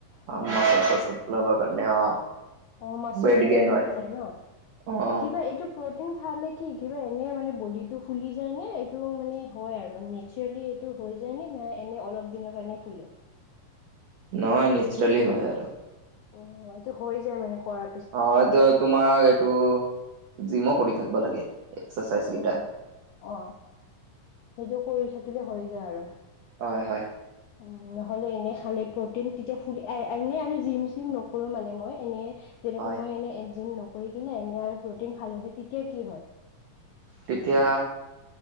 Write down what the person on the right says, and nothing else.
মাচল
চাচল ফুলব কাৰণে অ
ৱেট
গেইন
হয়।
অ',
নহয় নেচাৰেলি হয় আৰু।
অ এইটোত তোমাক এইটো জিম' কৰি থাকব লাগে। এক্সাৰচাইজ
কেইটা।
হয় হয়।
হয়,
তেতিয়া